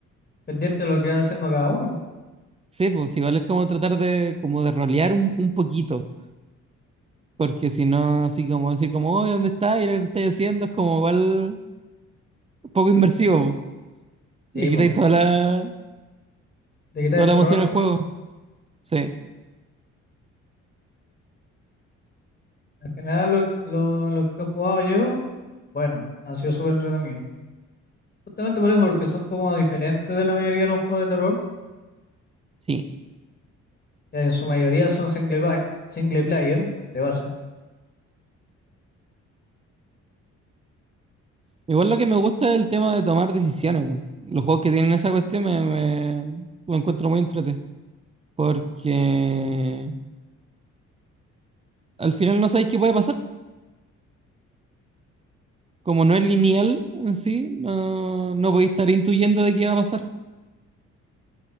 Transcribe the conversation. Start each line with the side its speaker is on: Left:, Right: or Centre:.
Left: pendiente de lo que va haciendo cada uno.
Right: Sí, pues igual es como tratar de, como de rolear un, un poquito. Porque si no, así como decir como, oye, ¿dónde está? Y lo que estáis haciendo es como igual poco inmersivo. po.
Left: Sí,
Right: Le quitáis
Left: po,
Right: toda la,
Left: de quitar
Right: toda
Left: el
Right: la
Left: terror.
Right: emoción al juego. Sí,
Left: En general, lo, lo, lo que he jugado yo, bueno, han sido súper entretenidos. Justamente por eso, porque son como diferentes de la mayoría de los juegos de terror,
Right: sí.
Left: que en su mayoría son single, pla- single player, de base,
Right: Igual lo que me gusta es el tema de tomar decisiones. po. Los juegos que tienen esa cuestión me, me- lo encuentro muy entrete. Porque al final no sabéis qué puede pasar. Como no es lineal en sí, no, no podéis estar intuyendo de qué va a pasar.